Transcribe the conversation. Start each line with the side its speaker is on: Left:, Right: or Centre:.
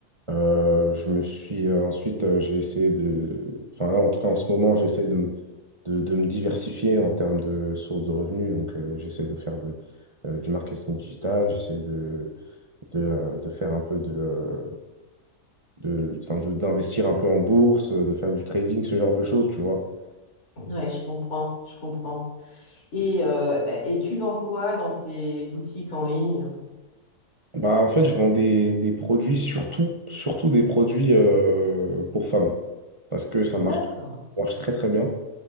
Right: Euh, je me suis euh, ensuite, euh, j'ai essayé de, enfin là, en tout cas, en ce moment, j'essaie de, me- de, de me diversifier en termes de sources de revenus. Donc, euh, j'essaie de faire de, euh, du marketing digital, j'essaie de, de, euh, de faire un peu de, euh, de, enfin, de- d'investir un peu en bourse, de faire du trading, ce genre de choses, tu vois.
Left: ouais, je comprends, je comprends. Et, euh, et tu vends quoi dans tes boutiques en ligne?
Right: Bah, en fait, je vends des, des produits, surtout, surtout des produits euh, pour femmes. Parce que ça
Left: D'accord.
Right: marche, ça marche très très bien.